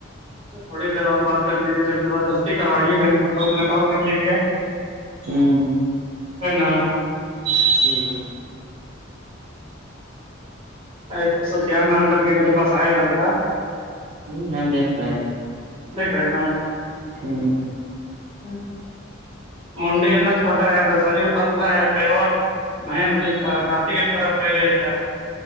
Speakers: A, on the right; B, on the right.
A: تھوڑی دیر اور بات کر لیجیے جب زبردستی کروائیے رہے تو دو منٹ اور کر لیجے
B: ہوں
A: ہے نا
B: جی
A: ارے سفیان نام کر کے میرے پاس آئے لڑکا
B: ہوں ہم دیکھ رہے تھے
A: دیکھ رہے ہیں
B: ہمم
A: نا منڈی اتنا چھوٹا ہے تو شریر پتلا ہے پیرو بھینس بھی اس کا ہاتھی کے طرح پیر ہے اس کا